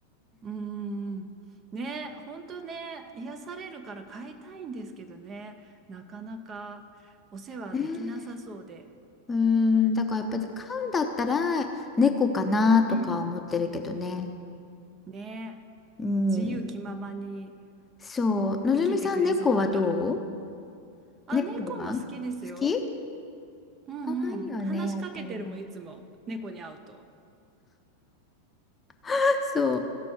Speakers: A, on the right (about 25°); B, on the left (about 15°).
A: うーん。ね、本当ね、癒されるから飼いたいんですけどね、なかなかお世話できなさそうで。
B: えーうーん、だからやっぱり飼うんだったら猫かなとか思ってるけどね。
A: うん。ね、
B: うん。
A: 自由気ままに
B: そう、のぞみさん猫はどう
A: 生きてくれそうだから。あ、
B: 猫は好
A: 猫も好きですよ。
B: き
A: うんうん。
B: かわいいよね、
A: 話しかけてるもん、
B: やっぱりね。
A: いつも。猫に会うと。
B: <laughs> そう。